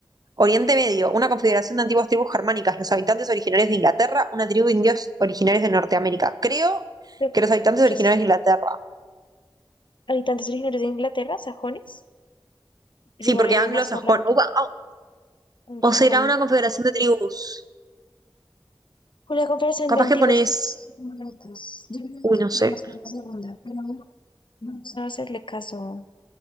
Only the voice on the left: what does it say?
Creo
que
es
habitantes originarios de Inglaterra, sajones. Yo
me
habría
ido más por la última,
anglosajón.
Una conversación
de antiguos
tribus germánicas. Yo creo
que
me
iría más por la segunda, pero bueno, vamos a hacerle caso